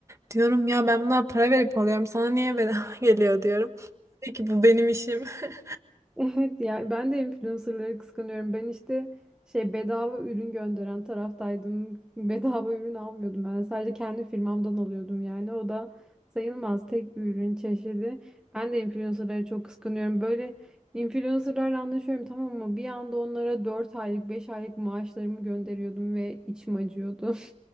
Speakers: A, on the right (about 20°); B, in the centre.
A: Diyorum ya ben bunlara para verip alıyorum. Sana niye bedava <laughs> geliyor diyorum. Peki bu benim işim. <laughs>
B: Evet ya ben de influencerları kıskanıyorum. Ben işte şey bedava ürün gönderen taraftaydım. Bedava ürün almıyordum ben. Sadece kendi firmamdan alıyordum yani. O da sayılmaz tek bir ürün çeşidi. Ben de influencerları çok kıskanıyorum. Böyle influencerlarla anlaşıyorum tamam mı? Bir anda onlara 4 aylık, 5 aylık maaşlarımı gönderiyordum ve içim acıyordu. <laughs>